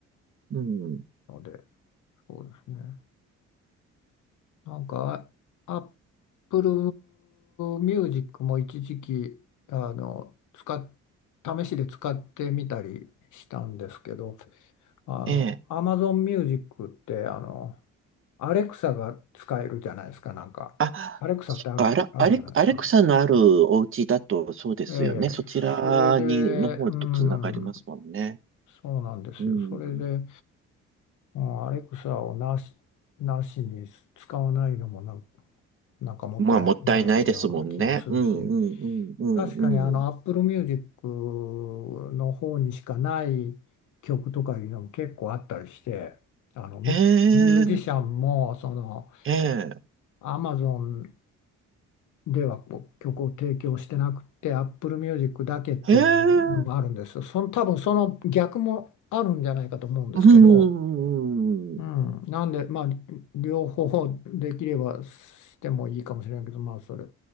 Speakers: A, on the right; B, on the left.
A: うん。
B: ので、そうですね。なんか、あ Apple Music も一時期、あの、使っ、試しで使ってみたりしたんですけど、あの、
A: ええ。
B: Amazon Music って、あの、Alexa が使えるじゃないですか、なんか。
A: あ、
B: Alexa
A: そっか、
B: ってある、
A: あらアレ、
B: あるじゃないですか。
A: アレクサのあるお家だとそうですよね。
B: ええ、
A: そちらに、
B: それで、
A: の方とつながりますもんね。
B: うん、そうなんですよ。
A: うん。
B: それで、うん、アレクサをなし、なしに使わないのもなんなんかもったいないような気もするし、
A: まあ、もったいないですもんね。うんうんうんうんうん。
B: 確かにあの Apple Music の方にしかない曲とかいうのも結構あったりして、あのミミュージシャンもその
A: へえ、へえ、
B: Amazon ではこう曲を提供してなくて Apple Music だけっていうのもあるんですよ。
A: へえ、
B: その多分その逆もあるんじゃないかと思うんですけど。
A: うん。
B: うん、なんで、まあ、両方できればしてもいいかもしれないけど、まあ、それ、